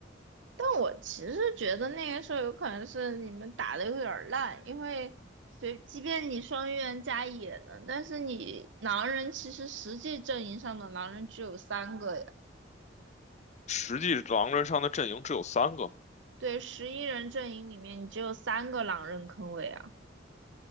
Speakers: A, on the right; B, on the left.
A: 但我其实觉得那个时候有可能是你们打的有点儿烂，因为随即便你双预言加野能，但是你狼人其实实际阵营上的狼人只有三个呀，
B: 实际狼人上的阵营只有三个，
A: 对，十一人阵营里面你只有三个狼人坑位啊，